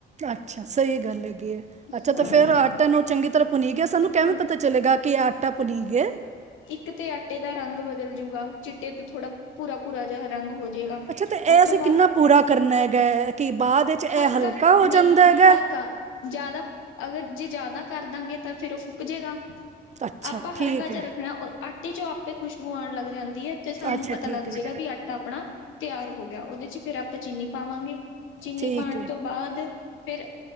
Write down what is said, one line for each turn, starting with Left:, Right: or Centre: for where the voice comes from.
Right: ਅੱਛਾ ਸਹੀ ਕਰ ਲੱਗੀਏ
Left: ਤੇ
Right: ਅੱਛਾ ਤਾਂ, ਫ਼ਿਰ ਆਟੇ ਨੂੰ ਚੰਗੀ ਤਰ੍ਹਾਂ ਭੁੰਨੀ ਗਿਆ, ਸਾਨੂੰ
Left: ਤੇ
Right: ਕੈਵੇਂ
Left: ਪੁਨ
Right: ਪਤਾ ਚਲੇਗਾ? ਕੀ, ਆਟਾ ਭੂਨੀ ਗਿਆ?
Left: ਇੱਕ ਤੇ ਆਟੇ ਦਾ ਰੰਗ ਬਦਲ ਜੂਗਾ ਚਿੱਟੇ ਤੋਂ ਥੋੜ੍ਹਾ ਭੂਰਾ- ਭੂਰਾ ਜਿਹਾ ਰੰਗ ਹੋਜੇਗਾ,
Right: ਅੱਛਾ ਤੇ ਜਾਏਗਾ।
Left: ਉਹ
Right: ਇਹ ਅਸੀਂ
Left: ਤੋਂ ਬਾਅਦ
Right: ਕਿੰਨਾ ਪੂਰਾ ਕਰਨਾ ਹੈਗਾ ਕਿ ਬਾਅਦ ਵਿੱਚ ਇਹ
Left: ਹਲਕਾ
Right: ਹੋ
Left: ਨਹੀਂ-
Right: ਜਾਂਦਾ
Left: ਨਹੀਂ
Right: ਹੈਗਾ
Left: ਹਲਕਾ ਜ਼ਿਆਦਾ ਅਗਰ ਜੇ, ਜ਼ਿਆਦਾ ਕਰ ਦਾਂਗੇ ਤਾਂ, ਫਿਰ ਉਹ ਫੁਕ ਜੇਗਾ,
Right: ਅੱਛਾ
Left: ਆਪਾਂ ਹਲਕਾ
Right: ਠੀਕ ਹੈ
Left: ਜਾ ਰੱਖਣਾ ਆਟੇ 'ਚੋਂ ਆਪੇ ਖੁਸ਼ਬੂ ਆਣ ਲੱਗ ਜਾਂਦੀ ਹੈ, ਤੇ ਸਾਨੂੰ
Right: ਅੱਛਾ,
Left: ਪਤਾ ਲੱਗ
Right: ਠੀਕ ਹੈ।
Left: ਜਾਏਗਾ ਵੀ ਆਟਾ ਆਪਣਾ ਤਿਆਰ ਹੋ ਗਿਆ, ਉਹਦੇ'ਚ ਫਿਰ ਆਪਾਂ ਚੀਨੀ ਪਾਵਾਂਗੇ। ਚੀਨੀ
Right: ਠੀਕ
Left: ਪਾਉਣ
Right: ਹੈ
Left: ਤੋਂ ਬਾਅਦ ਫਿਰ,